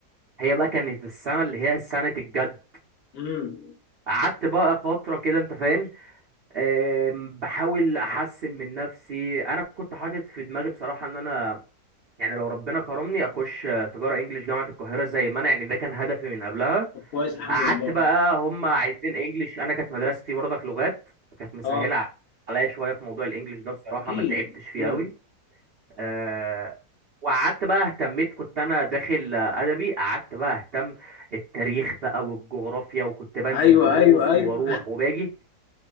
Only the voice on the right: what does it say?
هي بقى كانت السنه اللي هي سنه الجد
قعدت بقى فترة كده انت فاهم أم، بحاول احسن من نفسي انا كنت حاطط في دماغي بصراحه ان انا يعني لو ربنا كرمني اخش آه، تجاره انجليش جامعه القاهره زي ما انا يعني ده كان هدفي من قبلها
قعدت
بقى هم عايزين انجليش انا كانت مدرستي برضك لغات كانت مسهله
عليا شويه في موضوع الانجليش ده بصراحه
ما تعبتش فيه
قوي أه وقعدت بقى اهتميت كنت انا داخل آه، ادبي قعدت بقى اهتم التاريخ بقى والجغرافيا وكنت بنزل
دروس
وبروح وباجي